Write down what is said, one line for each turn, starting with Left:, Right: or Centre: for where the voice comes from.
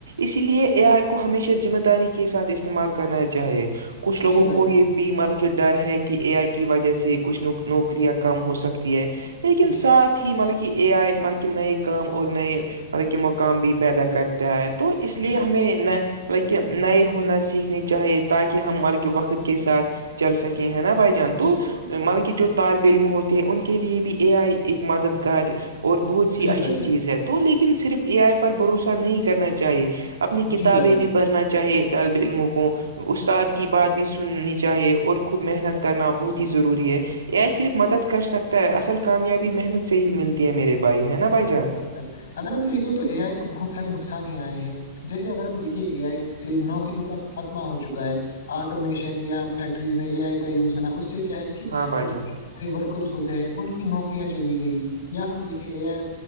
Right: اس لیے اے آئی کو ہمیشہ ذمہ داری کے ساتھ استعمال کرنا چاہیے کچھ لوگوں
Left: جی بھائی
Right: کو یہ بھی مل کے ڈر ہے کہ اے آئی کی وجہ سے کچھ ن نوکریاں کم ہو سکتی ہیں لیکن
Left: جان جی
Right: ساتھ بہت ہی مطلب کہ اے آئے مطلب کہ نئے کام اور نئے مطلب مقام بھی پیدا کرتا ہے تو اس لیے
Left: جی
Right: ہمیں نہ لکہ نئے ہنر سیکھنے چاہیے تاکہ ہم بلکہ وقت کے ساتھ چل سکیں ہیں نا بھائی جان
Left: جی
Right: تو مطلب
Left: بھائی جان
Right: کہ جو طالب علم ہوتے ہیں ان کے لیے بھی اے آئی ایک مددگار اور بہت سی
Left: جی
Right: اچھی
Left: بھائی جان
Right: چیز ہے تو لیکن صرف اے آئی پر بھروسہ نہیں کرنا چاہیے اپنی کتابیں
Left: جی بھائی جان
Right: بھی پڑھنا چاہی طالب علموں کو استاد
Left: جی
Right: کی بات بھی نی چاہیے اور خود محنت کرنا بہت ہی ضروری ہے اے آئی صرف مدد کر سکتا ہے اصل کامیابی محنت سے ہی ملتی ہے میرے بھائی ہے نا بھائی جان
Left: ل اگر ہم دیکھیں تو اے آئی کو بہت سارے نقصان ہی آئے ہیں جیسے اگر ہم دیکھیے اے آئی سے نوکریوں کا خاتمہ ہو چکا ہے آٹومیشن یا فیکٹریز میں اے آئی کا یوز ہونا اس سے کیا ہے کہ
Right: ہاں بھائی جان
Left: ورکرس ہوتے ہیں ان کی نوکریاں چلی گئی یا ہم دیکھے اے آئی